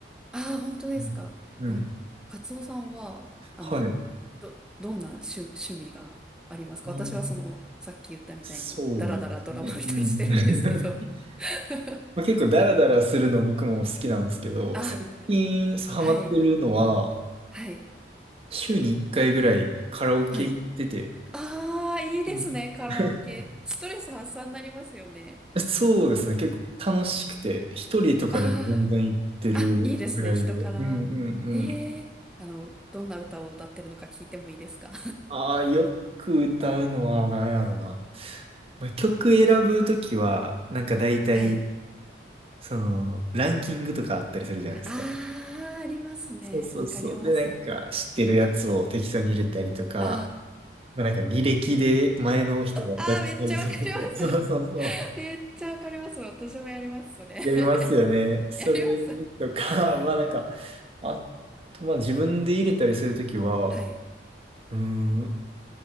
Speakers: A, in the centre; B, on the right (about 30°).
A: ああ、本当ですか。
B: うん。うん。
A: あの、カツオさんは、あの、
B: はい。
A: ど、どんな趣、趣味がありますか私はその、
B: ああ。
A: さっき言ったみたいに、
B: そうですね。
A: ダラダラドラマ見たりしてるんですけど。
B: うん。<laughs>
A: <laughs>
B: まあ、結構ダラダラするの僕も好きなんですけど、
A: あ、
B: 最近そうハマってるのは、
A: はい、はい、
B: 週に1回ぐらいカラオケ行ってて、
A: はい。ああ、いいですね、
B: うん
A: カラオケ。
B: <laughs>
A: ストレス発散になりますよね。
B: そうですね。結構楽しくて、一人とかでも全然行ってるぐらいで。
A: ああ、あ、いいですね、人から。
B: うんうんうん。
A: ええ、あの、どんな歌を歌ってるのか聞いてもいいですか
B: ああ、よく歌うのは何やろな。まあ曲選ぶときは、なんか大体、
A: <laughs> はい。
B: その、ランキングとかあったりするじゃないですか。
A: ああ、ありますね。
B: そうそうそう。
A: わかります。
B: で、なんか、知ってるやつを適当に入れたりとか、
A: あ
B: まあ、なんか、履歴で前の人が歌ってたりすると、
A: あ、ああ、めっちゃわかります。
B: <laughs> そうそうそう。
A: <laughs> めっちゃわかります。私もやります、それ。
B: やりますよね。
A: <laughs>
B: それ
A: やります。
B: とか、<laughs> まあなんか、あと、まあ自分で入れたりするときは、
A: はい。
B: うーん、ま